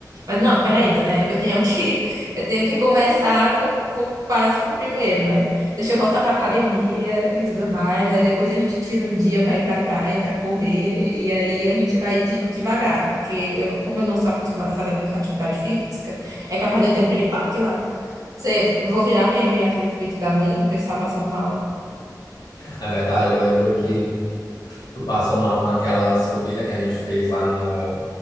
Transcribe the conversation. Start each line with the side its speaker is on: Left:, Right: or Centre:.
Right: Mas não, peraí ainda, né? Eu tenho que, <laughs> eu tenho que começar com, com o básico primeiro, né? Deixa eu voltar pra academia e tudo mais. Aí depois a gente tira um dia pra ir pra praia, pra correr. E aí a gente vai de- devagar, porque eu- como eu não sou acostumada a fazer atividade física, é capaz de eu ter um piripaque lá. Você, vou virar meme aqueles vídeos da mulher do pessoal passando mal.
Left: É verdade, eu lembro que Tu passou mal com aquela subida que a gente fez lá no,